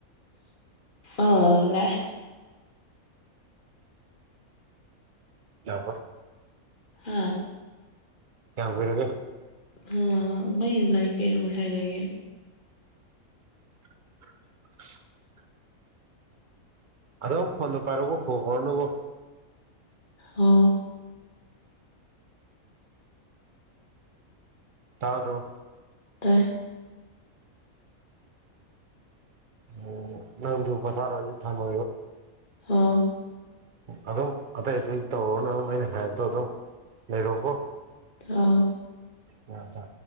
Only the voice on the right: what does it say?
ꯌꯥꯄꯣ
ꯌꯥꯝ ꯑꯣꯏꯔꯕꯣ
<unintelligible> ꯑ ꯐꯗ ꯄꯥꯔꯒꯣ ꯐ ꯐꯅꯨ ꯀꯣ
ꯇꯥꯎ꯭ꯔꯣ
ꯎꯝ ꯅꯪꯗꯨ ꯄꯊꯥ ꯑꯣꯏꯖꯤ ꯊꯝꯕꯣ
ꯑꯗꯨꯝ ꯑꯇꯩ ꯑꯇꯩ ꯇꯧꯔꯣꯅ ꯑꯗꯨꯝ ꯑꯩꯅ ꯍꯥꯏꯞꯠꯇꯣ ꯑꯗꯨꯝ ꯂꯩꯔꯣꯀꯣ
ꯑꯣꯗ